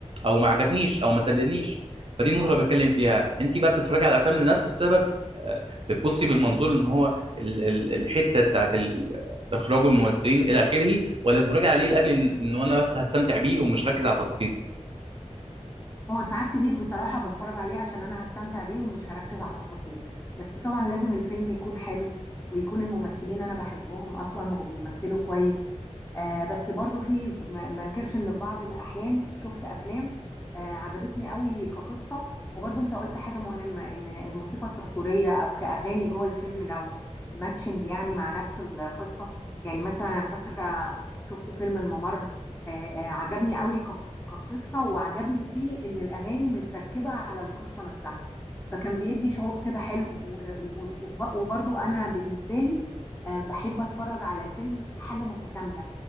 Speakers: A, on the right; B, on the left.
A: او ما عجبنيش او ما سلنيش فدي النقطه اللي بتكلم فيها انت بقى بتتفرجي على الافلام لنفس السبب آه، بتبصي من منظور ان هو ال- ال- الحته بتاعت ال- اخراج الممثلين الى اخره ولا بتتفرجي عليه لاجل ان إن انا بس هستمتع بيه ومش ركز على التفاصيل
B: هو ساعات كتير بصراحة بتفرج عليه عشان أنا هستمتع بيه ومش هركز على التفاصيل بس طبعا لازم الفيلم يكون حلو ويكون الممثلين أنا بحبهم أصلا وبيمثلوا كويس آه بس برضو في ما ما انكرش إن في بعض الأحيان شفت أفلام آه عجبتني قوي كقصة وبرضو أنت قلت حاجة مهمة إن الموسيقى التصويرية أو كأغاني جوه الفيلم لو ماتشنج يعني مع نفس القصة يعني مثلا أنا فاكرة شفت فيلم الممر آه آه عجبني قوي كقصة وعجبني فيه إن الأغاني متركبة على القصة نفسها فكان بيدي شعور كده حلو و- و- وب- وبرضو أنا بالنسبة لي آه، بحب أتفرج على الفيلم حاجة متكاملة